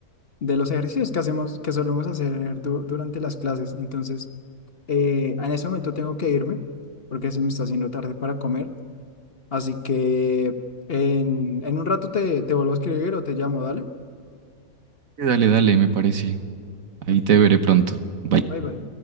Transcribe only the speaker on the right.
Sí, Dale, dale, me parece. Ahí
te veré pronto. Bye.